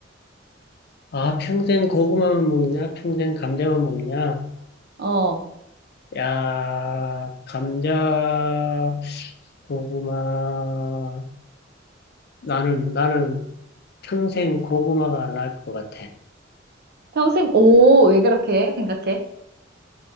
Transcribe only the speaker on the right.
어,
평생, 오, 왜 그렇게 생각해?